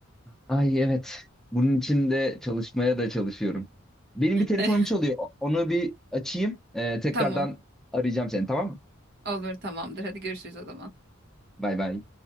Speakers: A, in the centre; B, on the right.
A: Ay evet. Bunun için de çalışmaya da çalışıyorum. Benim bir telefonum
B: <laughs>
A: çalıyor. Onu bir açayım. Ee, tekrardan
B: Tamam
A: arayacağım seni tamam mı?
B: olur tamamdır hadi görüşürüz o zaman.
A: Bay bay.